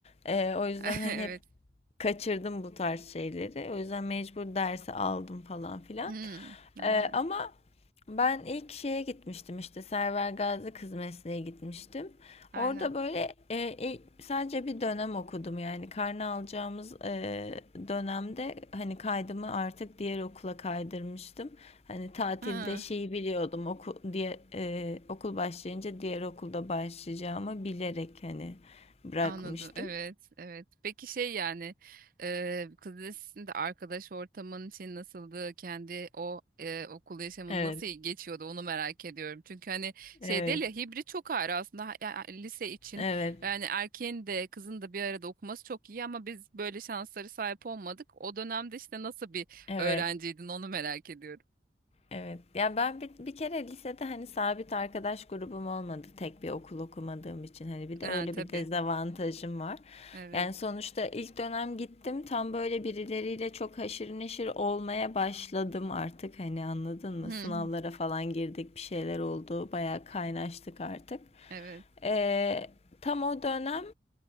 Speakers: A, on the left; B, on the right.
A: E, o yüzden
B: <laughs>
A: hani
B: Evet.
A: hep kaçırdım bu tarz şeyleri. O yüzden mecbur dersi aldım falan filan.
B: Hmm, aynen,
A: Ee, ama ben ilk şeye gitmiştim işte Server Gazi Kız Mesleğe gitmiştim.
B: aynen.
A: Orada böyle e, ilk- sadece bir dönem okudum yani karne alacağımız e, dönemde hani kaydımı artık diğer okula kaydırmıştım. Hani tatilde
B: Ha.
A: şeyi biliyordum oku, diye, e, okul başlayınca diğer okulda başlayacağımı bilerek hani bırakmıştım.
B: Anladım. Evet, evet. Peki şey yani e, kız lisesinde arkadaş ortamın için nasıldı? Kendi o e, okul yaşamın
A: Evet,
B: nasıl geçiyordu? Onu merak ediyorum. Çünkü hani şey
A: evet.
B: değil ya hibrit çok ayrı aslında Ha- ya- lise için.
A: Evet,
B: Yani erkeğin de kızın da bir arada okuması çok iyi ama biz böyle şansları sahip olmadık. O dönemde işte nasıl bir
A: evet,
B: öğrenciydin onu merak ediyorum.
A: evet. Ya ben bir, bir kere lisede hani sabit arkadaş grubum olmadı. Tek bir okul okumadığım için hani bir de
B: Ha
A: öyle
B: tabii.
A: bir dezavantajım var.
B: Evet.
A: Yani sonuçta ilk dönem gittim tam böyle birileriyle çok haşır neşir olmaya başladım artık hani anladın mı?
B: Hı
A: Sınavlara
B: hı.
A: falan girdik bir şeyler oldu. Bayağı kaynaştık artık.
B: Evet.
A: Ee, tam o dönem